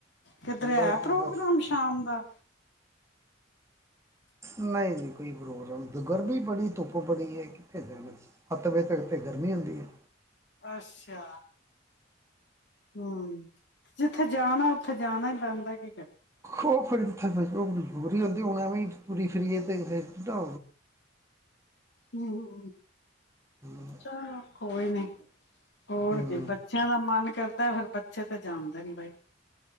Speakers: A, on the left (about 60°); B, on the right (about 15°).
A: ਕਿਧਰੇ
B: ਬਸ
A: ਹੈ
B: ਜੀ
A: ਪ੍ਰੋਗਰਾਮ
B: ਬਸ
A: ਸ਼ਾਮ ਦਾ?
B: ਨਹੀਂ ਜੀ, ਕੋਈ ਪ੍ਰੋਗਰਾਮ ਨਹੀਂ, ਦੁਗਰਮੀ ਬੜੀ, ਧੁੱਪ ਬਣੀ ਹੈ ਕਿੱਥੇ ਜਾਣਾ ਅਸੀਂ? ਸੱਤ ਵਜੇ ਤੱਕ ਤੇ ਗਰਮੀ ਹੁੰਦੀ ਹੈ।
A: ਅੱਛਾ, ਹਮ। ਜਿੱਥੇ ਜਾਣਾ ਉੱਥੇ ਜਾਣਾ ਹੀ ਪੈਂਦਾ ਏ, ਕੀ ਕਰੀਏ?
B: ਖੋ ਫਿਰ ਉੱਥੇ ਉਹ ਮਜ਼ਬੂਰੀ ਹੁੰਦੀ, ਹੁਣ ਐਵੇਂ ਹੀ ਤੂਰੀ ਫਿਰੀਏ ਤੇ ਫਿਰ ਕਿੱਦਾਂ
A: ਹਮ,
B: ਹੂੰ
A: ਚਲੋ ਕੋਈ ਨੀ। <inaudible> ਹੋਰ
B: ਹੂੰ
A: ਕੇ, ਬੱਚਿਆਂ ਦਾ ਮਨ ਕਰਦਾ ਏ ਫਿਰ ਬੱਚੇ ਤੇ ਜਾਣਦੇ ਨੇ ਬਾਈ।